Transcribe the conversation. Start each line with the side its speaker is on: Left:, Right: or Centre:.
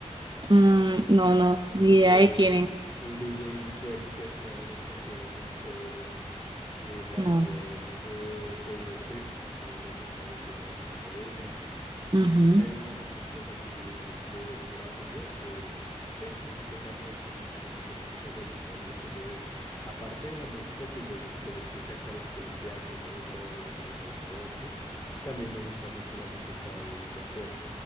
Right: Mm, no, no,
Left: un
Right: ni
Left: DJ,
Right: idea de quién es.
Left: un DJ sueco que hacía unas canciones muy chéveres. Eh, también
Right: No.
Left: eh, Taylor Swift, también me gusta mucho la música de ella. Entonces
Right: Ujú,
Left: sí hay unos artistas así de, de Estados Unidos que, que cu- yo más o menos crecí escuchando su música y me gustó mucho. Entonces, aparte de la música que, yo, es- que se escucha acá, la colombiana, el reggaetón, la salsa y todo esto, también me gusta mucho la música de, de afuera.